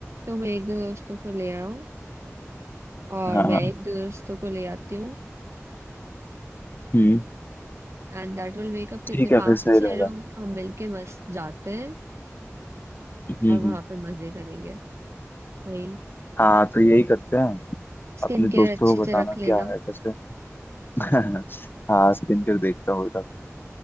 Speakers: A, on the right; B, on the left.
A: तुम एक दो दोस्तों को ले आओ और
B: हाँ
A: मैं
B: हाँ
A: एक दो दोस्तों को ले आती हूँ
B: हम्म
A: एंड दैट विल मेकअप कितने
B: ठीक है
A: पांच
B: फिर सही
A: से छह
B: रहेगा
A: लोग हम मिलके मस्त जाते हैं
B: हम्म
A: और
B: हम्म
A: वहां पे मजे करेंगे भाई
B: हाँ तो यही करते हैं
A: स्किन
B: अपने दोस्तों
A: केयर अच्छे
B: को बताना
A: से रख लेना
B: क्या है कैसे <laughs> हाँ स्क्रीन पर देखता हूँ